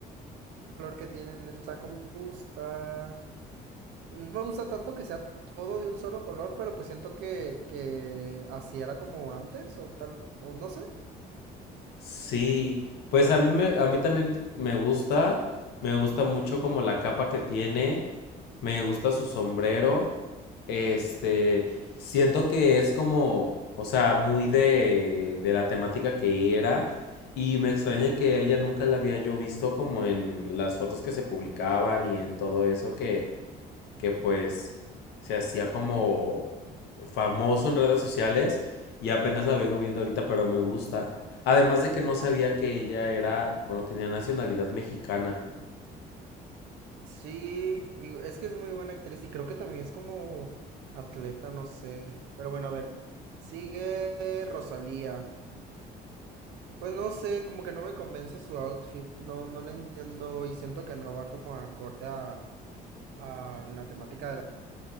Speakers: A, on the right; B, on the left.
A: flor que tiene en el saco me gusta. No me gusta tanto que sea todo de un solo color, pero pues siento que, que así era como antes, o tal, o no sé,
B: Sí, pues a mí me, a mí también me gusta, me gusta mucho como la capa que tiene, me gusta su sombrero, este, siento que es como, o sea, muy de, de la temática que era y me extraña que a ella nunca la había yo visto como en las fotos que se publicaban y en todo eso que, que pues se hacía como famoso en redes sociales y apenas la vengo viendo ahorita, pero me gusta. Además de que no sabía que ella era, bueno, tenía nacionalidad mexicana.
A: Sí, y es que es muy buena actriz y creo que también es como atleta, no sé. Pero bueno, a ver. Sigue Rosalía. Pues no sé, como que no me convence su outfit, no, no le entiendo y siento que no va como acorde a, a la temática de la...